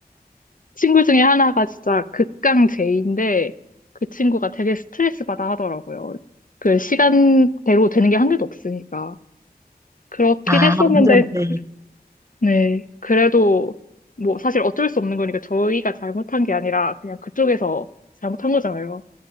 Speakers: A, on the left (about 55°); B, on the right (about 15°).
A: 친구 중에 하나가 진짜 극강 제이인데 그 친구가 되게 스트레스 받아 하더라고요. 그 시간대로 되는 게 한 개도 없으니까. 그렇긴
B: 아,
A: 했었는데,
B: 완전대
A: 그, 네. 그래도 뭐 사실 어쩔 수 없는 거니까 저희가 잘못한 게 아니라 그냥 그쪽에서 잘못한 거잖아요.